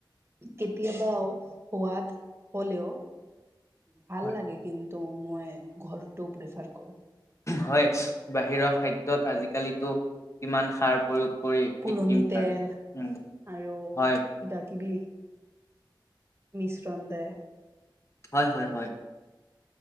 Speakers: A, on the right; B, on the left.
A: কেতিয়াবাও হোৱাদ হ'লেও ভাল
B: হয়
A: লাগে কিন্তু, মই ঘৰটো প্ৰিফাৰ কৰোঁ।
B: হয় বাহিৰৰ খাদ্যত আজিকালিতো কিমান সাৰ প্ৰয়োগ কৰি কৃত্ৰিম
A: পুৰণি
B: সাৰ।
A: তেল
B: উম
A: আৰু
B: হয়
A: কিবা কিবি মিশ্ৰণ দে
B: হয়, হয়, হয়।